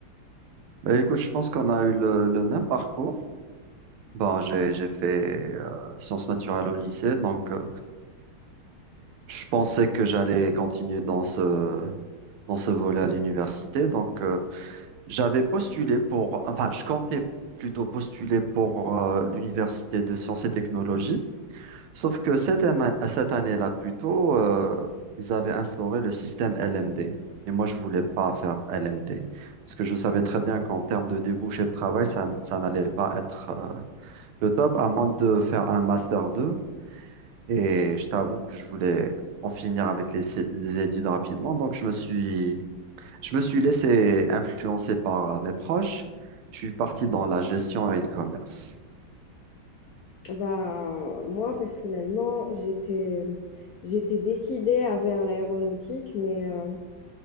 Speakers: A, on the right; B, on the left.
A: Bah, écoute, je pense qu'on a eu le, le même parcours. Bon, j'ai, j'ai fait euh, sciences naturelles au lycée, donc euh, je pensais que j'allais continuer dans ce, dans ce volet à l'université. Donc, euh, J'avais postulé pour, enfin, je comptais plutôt postuler pour euh, l'Université de sciences et technologies, sauf que cette année, cette année-là, plutôt, euh, ils avaient instauré le système LMD. Et moi, je voulais pas faire LMD, parce que je savais très bien qu'en termes de débouchés de travail, ça, n- ça n'allait pas être euh, le top, à moins de faire un Master 2. Et je t'avoue que je voulais en finir avec les, les études rapidement, donc je me suis je me suis laissé influencer par euh, mes proches. Je suis parti dans la gestion et le commerce.
B: Bah, moi, personnellement, j'étais, j'étais décidée à vers l'aéronautique, mais euh,